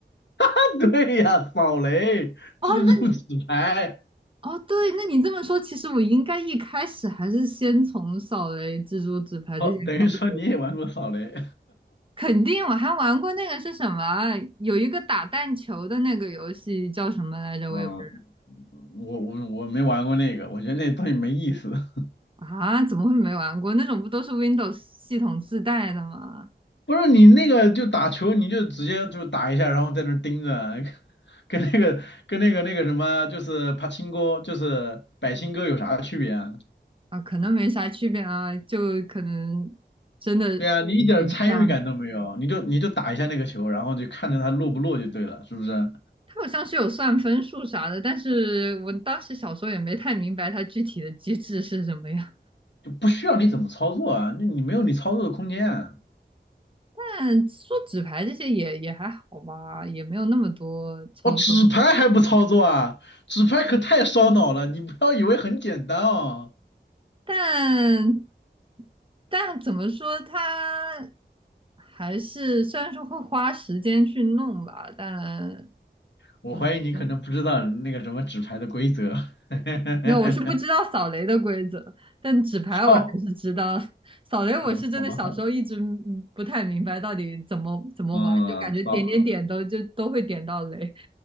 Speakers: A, on the left (about 80°); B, on the right (about 30°).
A: 啊，对呀，扫雷、
B: 哦，
A: 蜘蛛纸牌。
B: 那你哦对，那你这么说，其实我应该一开始还是先从扫雷、蜘蛛、纸牌这些开始。
A: 哦，等于说你也玩过扫雷。
B: 肯定，我还玩过那个是什么啊有一个打弹球的那个游戏叫什么来着？
A: 嗯，
B: 我也不知
A: 我我我没玩过那个，我觉得那东西没意思。<laughs>
B: 道啊，怎么会没玩过？那种不都是 Windows 系统自带的吗？
A: 不是你那个就打球，你就直接就打一下，然后在那儿盯着，<laughs> 跟那个跟那个那个什么，就是帕青哥，就是百青哥有啥区别啊？
B: 啊，可能没啥区别啊，就可能真的挺像的。
A: 对啊，你一点参与感都没有，你就你就打一下那个球，然后就看着它落不落就对了，是不是？
B: 它好像是有算分数啥的，但是我当时小时候也没太明白它具体的机制是什么样。
A: 就不需要你怎么操作啊，那你没有你操作的空间啊。
B: 但说纸牌这些也也还好吧，也没有那么多操作。
A: 哦，纸牌还不操作啊？纸牌可太烧脑了，你不要以为很简单哦。
B: 但但怎么说，它还是虽然说会花时间去弄吧，但
A: 我怀疑你可能不知道那个什么纸牌的规则。
B: 总觉得
A: <laughs>
B: 没有，我是不知道扫雷的规则，但纸牌我还是知道。
A: 好，
B: 扫雷我是真的小时候一直嗯不太明白到底怎么怎么玩，
A: 嗯，好吧，好，嗯，
B: 就感觉点点点都就都会点到雷。
A: 扫，